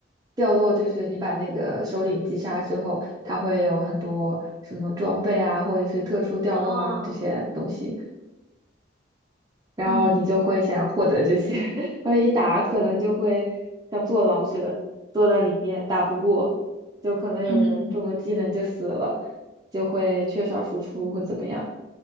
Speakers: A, on the right; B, on the right.
A: 掉落，就是你把那个首领击杀之后，它会有很多什么装备啊，或者是特殊掉落啊这些东西。
B: 啊？
A: 然后你就会想要获得这些，
B: 嗯
A: <laughs> 而一打可能就会像坐牢似的坐在里面打不过，就可能有人中了技能就死了，
B: 嗯
A: 就会缺少输出或怎么样，